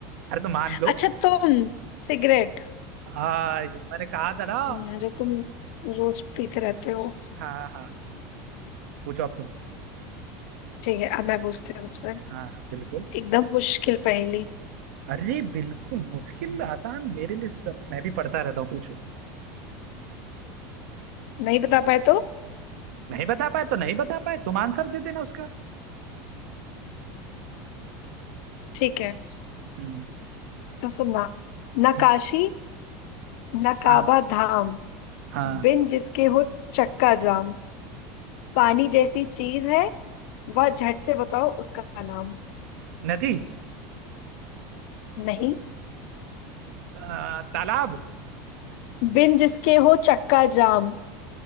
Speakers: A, on the right; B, on the left.
A: अरे तो मान लो
B: अच्छा तुम सिगरेट
A: हाँ ये मैंने कहा था ना
B: हम्म, जो तुम रोज पीते रहते हो
A: हाँ हाँ पूछो अब तुम
B: ठीक है अब मैं पूछती हूँ तुमसे
A: हाँ हाँ, बिल्कुल
B: एकदम मुश्किल पहेली
A: अरे बिल्कुल मुश्किल आसान मेरे लिए सब मैं भी पढ़ता रहता हूँ पूछो
B: नहीं बता पाए तो
A: नहीं बता पाए तो नहीं बता पाए तुम आंसर दे देना उसका
B: ठीक है
A: हम्म
B: तो सुनना नकाशी
A: हम्म,
B: नकाबा
A: हाँ
B: धाम
A: हाँ
B: बिन जिसके हो चक्का जाम पानी जैसी चीज है वह झट से बताओ उसका नाम
A: नदी
B: नहीं
A: आ, तालाब
B: बिन जिसके हो चक्का जाम